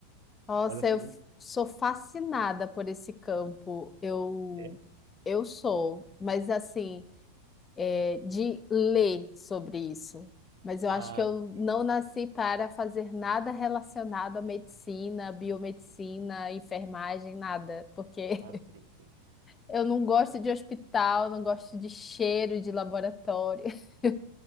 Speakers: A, on the left (about 15°); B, on the right (about 85°).
A: Nossa,
B: Mas assim,
A: eu f-
B: não-
A: sou fascinada por esse campo. Eu,
B: é?
A: eu sou, mas assim, é, de ler sobre isso. Mas eu
B: Ah,
A: acho que eu
B: sim,
A: não
B: sim,
A: nasci
B: sim.
A: para fazer nada relacionado à medicina, biomedicina, enfermagem, nada, porque
B: Ah, sim, sim.
A: Eu não gosto de hospital, não gosto de cheiro de laboratório. <laughs>